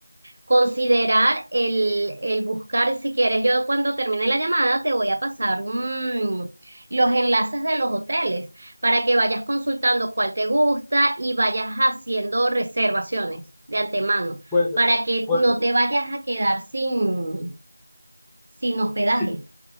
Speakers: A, on the right (about 40°); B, in the centre.
A: considerar el, el buscar, si quieres, yo cuando termine la llamada te voy a pasar mm, los enlaces de los hoteles para que vayas consultando cuál te gusta y vayas haciendo reservaciones de antemano,
B: bueno,
A: para que
B: bueno.
A: no te vayas a quedar sin, sin hospedaje.
B: sí